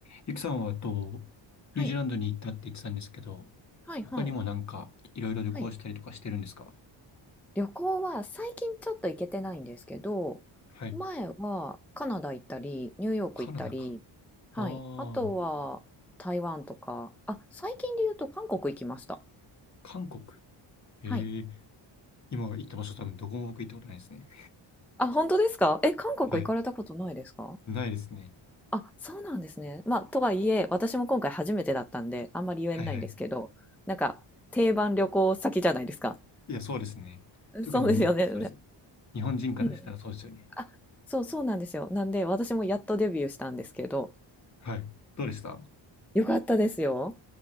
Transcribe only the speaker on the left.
ゆきさんは、えっと、
ニュージーランドに行ったって言ってたんですけど、
他にもなんか、いろいろ旅行したりとかしてるんですか
はい。
カナダか。
ああ、
韓国。へえ、
今行った場所多分どこも僕行ったことないですね。
はい。ないですね。
はいはい。
いや、そうですね。特にに、
そうですね。
日本人からしたらそうですよね。
はい。どうでしたあ